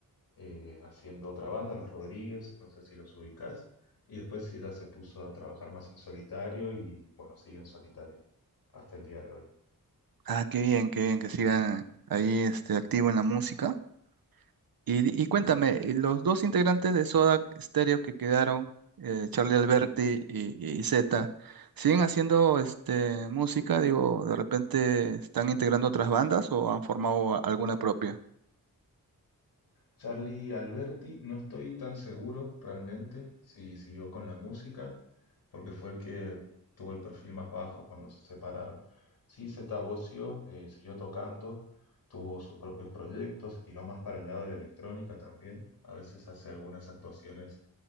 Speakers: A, on the left (about 85°); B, on the right (about 75°).
A: eh, haciendo otra banda, Los Rodríguez, no sé si los ubicás. Y después Sila se puso a trabajar más en solitario y bueno, sigue en solitario hasta el día de hoy.
B: Ah, qué bien, qué bien que sigan ahí, este, activo en la música. Y, y cuéntame, eh, los dos integrantes de Soda Stereo que quedaron, eh, Charlie Alberti y, y Zeta, ¿siguen haciendo este, música? Digo, ¿de repente están integrando otras bandas o han formado a- alguna propia?
A: Charlie Alberti, no estoy tan seguro realmente si siguió con la música, porque fue el que tuvo el perfil más bajo cuando se separaron. Sí, Zeta Bosio eh, siguió tocando, tuvo sus propios proyectos, se tiró más para el lado de la electrónica también. A veces hace algunas actuaciones